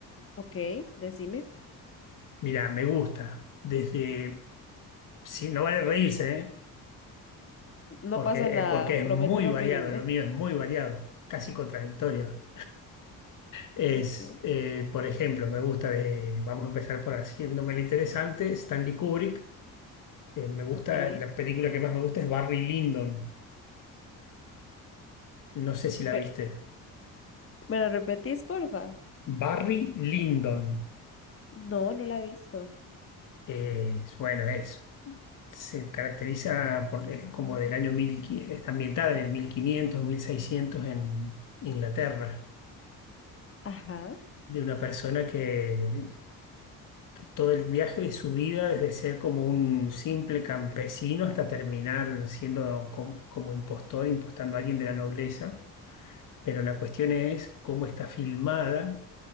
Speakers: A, on the left; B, on the left.
A: Ok, decime.
B: Mira, me gusta. Desde... Sí, no vale reírse, ¿eh?
A: No
B: porque,
A: pasa nada,
B: eh, porque es
A: prometo
B: muy
A: no
B: variado,
A: reírme.
B: lo mío es muy variado, casi contradictorio. Es,
A: Ok,
B: eh, por ejemplo, me gusta de, vamos a empezar por haciéndome lo interesante, Stanley Kubrick, Eh, me gusta,
A: ok.
B: la película que más me gusta es Barry Lyndon, no sé si la
A: Pero,
B: viste.
A: ¿me lo repetís, porfa?
B: Barry Lyndon,
A: No, no la he visto.
B: eh, es- bueno, es, se caracteriza por, es como del año 1000, está ambientada en el mil quinientos mil seiscientos en Inglaterra,
A: Ajá.
B: de una persona que todo el viaje de su vida, desde ser como un simple campesino hasta terminar siendo com- como impostor, impostando a alguien de la nobleza. Pero la cuestión es cómo está filmada,